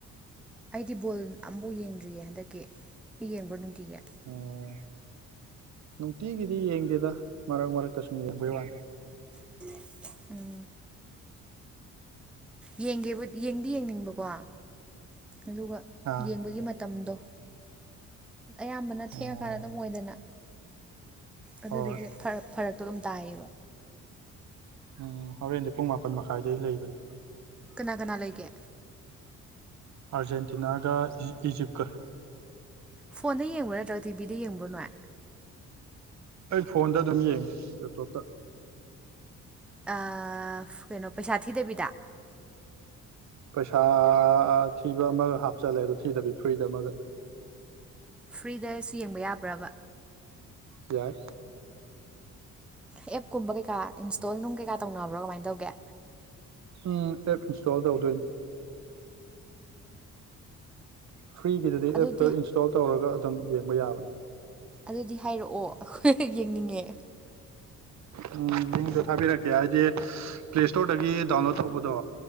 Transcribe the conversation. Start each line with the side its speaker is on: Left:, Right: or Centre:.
Centre: ꯑꯩꯗꯤ ꯕꯣꯜ ꯑꯝꯐꯥꯎ ꯌꯦꯡꯗ꯭ꯔꯤꯌꯦ ꯍꯟꯗꯛꯀꯤ ꯌꯦꯡꯕ꯭ꯔꯣ ꯅꯨꯡꯇꯤꯒꯤ?
Right: ꯑꯣ ꯅꯨꯡꯇꯤꯒꯤꯗꯤ ꯌꯦꯡꯗꯦꯗ ꯃꯔꯛ ꯃꯔꯛꯇ ꯁꯨꯝ ꯌꯦꯡꯕꯩ ꯋꯥꯟ
Centre: <unintelligible> ꯎꯝ ꯌꯦꯡꯒꯦꯕꯨꯗꯤ ꯌꯦꯡꯗꯤ ꯌꯦꯡꯅꯤꯡꯕꯀꯣ ꯑꯗꯨꯒ
Right: ꯑꯥ
Centre: ꯌꯦꯡꯕꯒꯤ ꯃꯇꯝꯗꯣ ꯑꯌꯥꯝꯕꯅ ꯊꯦꯡꯉꯀꯥꯟꯗ
Right: ꯎꯝ
Centre: ꯑꯗꯨꯝ ꯑꯣꯏꯗꯅ ꯑꯗꯨꯗꯨꯒꯤ
Right: ꯍꯣꯏ
Centre: ꯐꯔ ꯐꯔꯛ ꯇꯣꯗꯨꯝ ꯇꯥꯏꯌꯦꯕ
Right: ꯎꯝ ꯍꯧꯔꯦꯟꯗꯤ ꯄꯨꯡ ꯃꯥꯄꯟ ꯃꯈꯥꯏꯗꯩ ꯂꯩꯕꯟ
Centre: ꯀꯅꯥ ꯀꯅꯥ ꯂꯩꯒꯦ?
Right: ꯑꯥꯔꯖꯦꯟꯇꯤꯅꯥꯒ ꯏꯤ ꯏꯖꯤꯞꯀ꯫
Centre: ꯐꯣꯟꯗ ꯌꯦꯡꯕ꯭ꯔꯥ ꯅꯠꯇ꯭ꯔꯒ ꯇꯤꯚꯤꯗ ꯌꯦꯡꯕ꯭ꯔꯣ ꯅꯣꯏ?
Right: ꯑꯩ ꯐꯣꯟꯗ ꯑꯗꯨꯝ ꯌꯦꯡꯉꯤ ꯂꯦꯞꯇꯣꯞꯇꯥ
Centre: ꯑꯥ <unintelligible> ꯀꯩꯅꯣ ꯄꯩꯁꯥ ꯊꯤꯗꯕꯤꯗ?
Right: ꯄꯩꯁꯥ ꯊꯤꯕ ꯑꯃꯒ ꯍꯥꯞꯆꯜꯂꯦ ꯑꯗꯣ ꯊꯤꯗꯕꯤ ꯐꯔꯤꯗ ꯑꯃꯒ
Centre: ꯐ꯭ꯔꯤꯗꯁꯨ ꯌꯦꯡꯕ ꯌꯥꯕ꯭ꯔꯕ
Right: ꯌꯥꯏ
Centre: ꯑꯦꯞ ꯀꯨꯝꯕ ꯀꯩꯀꯥ ꯏꯟꯁꯇꯣꯜ ꯅꯨꯡ ꯀꯩꯀꯥ ꯇꯧꯅꯕ꯭ꯔꯣ ꯀꯃꯥꯏꯅ ꯇꯧꯒꯦ
Right: ꯎꯝ ꯑꯦꯞ ꯏꯟꯁꯇꯣꯜ ꯇꯧꯗꯣꯏ ꯐ꯭ꯔꯤꯒꯤꯗꯗꯤ
Centre: ꯑꯗꯨꯗꯤ
Right: ꯑꯦꯞꯇꯣ ꯏꯟꯁꯇꯣꯜ ꯇꯧꯔꯒ ꯑꯗꯨꯝ ꯌꯦꯡꯕ ꯌꯥꯕꯅꯤ
Centre: ꯑꯗꯨꯗꯤ ꯍꯥꯏꯔꯛꯑꯣ ꯑꯩꯈꯣꯏ ꯌꯦꯡꯅꯤꯡꯉꯦ
Right: ꯎꯝ ꯂꯤꯡꯗꯣ ꯊꯥꯕꯤꯔꯛꯀꯦ ꯍꯥꯏꯗꯤ ꯄ꯭ꯂꯦ ꯁꯇꯣꯔꯗꯒꯤ ꯗꯥꯎꯟꯂꯣꯗ ꯇꯧꯕꯗꯣ